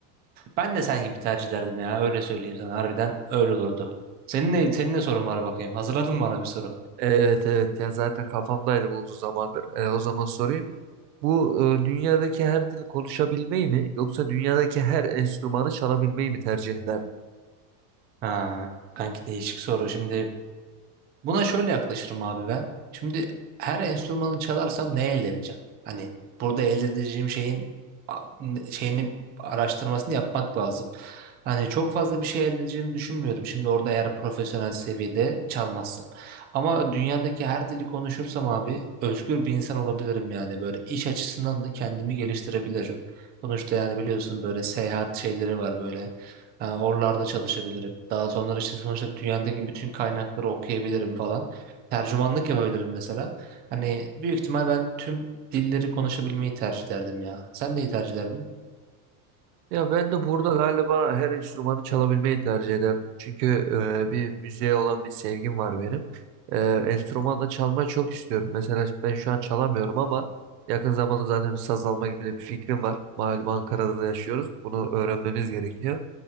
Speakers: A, on the right; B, on the right.
A: ben de sen gibi tercih ederdim ya öyle söyleyeyim sana harbiden öyle olurdu. Senin ne, senin ne sorun var bakayım? Hazırladın mı bana bir soru?
B: Evet evet ya zaten kafamdaydı bu uzun zamandır. Ee, o zaman sorayım. Bu e, dünyadaki her dili konuşabilmeyi mi yoksa dünyadaki her enstrümanı çalabilmeyi mi tercih ederdin?
A: Ha, kanki değişik soru. Şimdi Buna şöyle yaklaşırım abi ben. Şimdi her enstrümanı çalarsam ne elde edeceğim? Hani burada elde edeceğim şeyin a- şeyini araştırmasını yapmak lazım. Hani çok fazla bir şey elde edeceğimi düşünmüyorum. Şimdi orada eğer profesyonel seviyede çalmazsam. Ama dünyadaki her dili konuşursam abi özgür bir insan olabilirim yani. Böyle iş açısından da kendimi geliştirebilirim. Sonuçta yani biliyorsun böyle seyahat şeyleri var böyle. Ha, oralarda çalışabilirim. Daha sonra işte sonuçta dünyadaki bütün kaynakları okuyabilirim falan. Tercümanlık yapabilirim mesela. Hani büyük ihtimal ben tüm dilleri konuşabilmeyi tercih ederdim ya. Sen neyi tercih ederdin?
B: Ya ben de burada galiba her enstrümanı çalabilmeyi tercih ederdim. Çünkü e, bir müziğe olan bir sevgim var benim. E, enstrüman da çalmayı çok istiyorum. Mesela ben şu an çalamıyorum ama yakın zamanda zaten bir saz alma gibi de bir fikrim var. Malum Ankara'da da yaşıyoruz. Bunu öğrenmemiz gerekiyor.